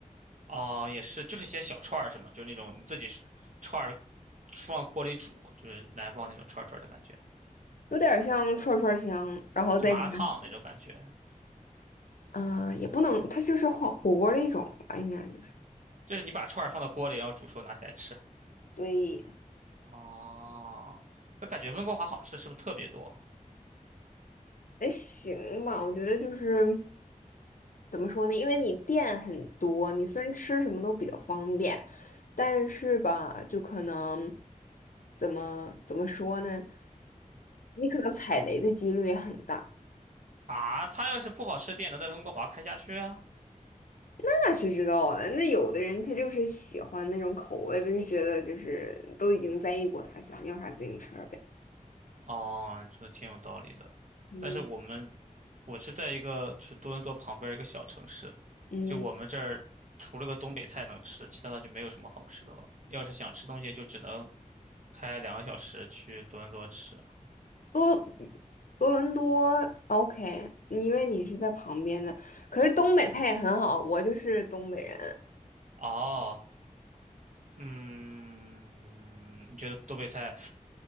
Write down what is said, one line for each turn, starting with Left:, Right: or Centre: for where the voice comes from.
Right: 哦，也是，就是些小串儿是吗？就是那种你自己是串儿放锅里煮，就是南方那种串儿串儿的感觉，
Left: 有点儿像串串香，然后再加
Right: 就麻辣烫那种感觉，
Left: 上，啊、也不能，它就是火火锅的一种吧，应该就是，
Right: 就是你把串儿放到锅里，然后煮熟拿起来吃。
Left: 对，
Right: 哦，那感觉温哥华好吃的是不是特别多
Left: 哎，行吧，我觉得就是怎么说呢，因为你店很多，你虽然吃什么都比较方便，但是吧，就可能怎么怎么说呢，你可能踩雷的几率也很大。
Right: 啊？它要是不好吃的店能在温哥华开下去啊？
Left: 那谁知道呢？那有的人他就是喜欢那种口味不就觉得就是都已经在异国他乡，要啥自行车呗。
Right: 哦，你说的挺有道理的，
Left: 嗯
Right: 但是我们我是在一个就是多伦多旁边儿一个小城市，
Left: 嗯，
Right: 就我们这儿除了个东北菜能吃，其他的就没有什么好吃的了。要是想吃东西，就只能。开两个小时去多伦多吃。
Left: 多多伦多 OK，因为你是在旁边的，可是东北菜也很好，我就是东北人，
Right: 哦，嗯，你觉得东北菜？